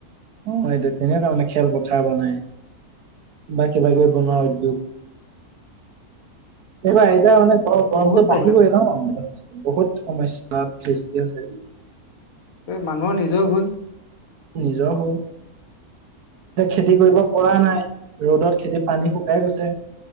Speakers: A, on the right; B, on the left.
A: অ এইটো তেনেকুৱা মানে খেলপথাৰ বনাই বা কিবা
B: অ
A: কিবি বনোৱা উদ্যোগ সব এতিয়া মানে গ গৰমত
B: বহুত প্ৰব্লেম
A: বাঢ়িবই
B: হৈছে
A: ন বহুত সমস্যা তাপ সৃষ্টি হৈছে
B: ঐ মানুহৰ নিজৰ ভুল
A: নিজৰ ভুল এতিয়া খেতি কৰিব পৰা নাই। ৰ'দত খেতিত পানী শুকাই গৈছে